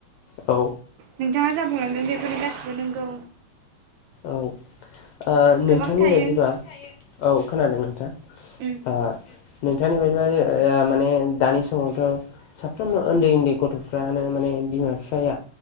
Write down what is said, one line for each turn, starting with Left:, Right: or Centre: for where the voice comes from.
Left: औ
Right: नोंथाङा जा बुंलांदों बेफोरनो गासिबो नोंगौ।
Left: औ ओ नोंथांनि
Right: गोबां थायो
Left: बायदिबा औ खोनादों नोंथां।
Right: उम
Left: ओ नोंथांनि बायदिबा ओ माने दानि समावथ' साफ्रोमबो उन्दै-उन्दै गथ'फ्रानो माने बिमा-बिफाया